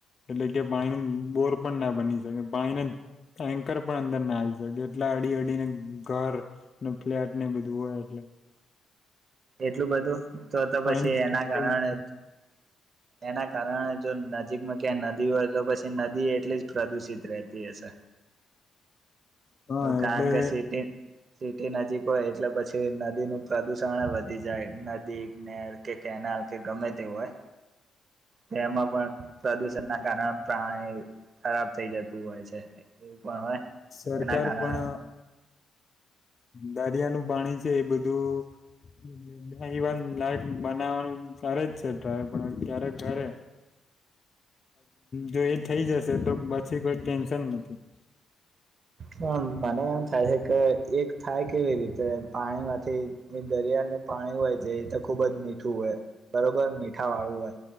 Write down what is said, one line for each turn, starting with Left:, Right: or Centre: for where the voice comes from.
Left: એટલે કે પાણી ન બોર પણ ના બની શકે પાણીના ટેન્કર પણ અંદર ના આવી શકે એટલા અડી અડીને ઘર ન ફ્લેટ ને બધું હોય એટલે
Right: એટલું બધું તો તો
Left: પાણી
Right: પછી એના કારણે એના કારણે જો નજીકમાં ક્યાં નદી હોય તો પછી નદી એટલી જ પ્રદુષિત રહેતી હશે
Left: હા
Right: કારણ
Left: એટલે
Right: કે સિટી સિટી નજીક હોય એટલે પછી નદીનું પ્રદુષણ વધી જાય નદી કનેર કે કેનાલ કે ગમે તે હોય તેમાં પણ પ્રદુષણ ના કારણે પ્રાણી ખરાબ થઈ જતું હોય છે એવું પણ હોય
Left: સરકાર
Right: એના કારણે
Left: પણ દરિયાનું પાણી છે એ બધું વાર લાયક બનાવવાનું કરે જ છે ટ્રાય પણ ક્યારેક ઘરે જો એ થઈ જશે તો પછી કોઈ ટેન્શન નથી <inaudible>
Right: હમ્મ મને એમ થાય છે કે એક થાય કેવી રીતે પાણીમાંથી એ દરિયાનું પાણી હોય છે એ તો ખુબ જ મીઠું હોય બરોબર મીઠા વાળું હોય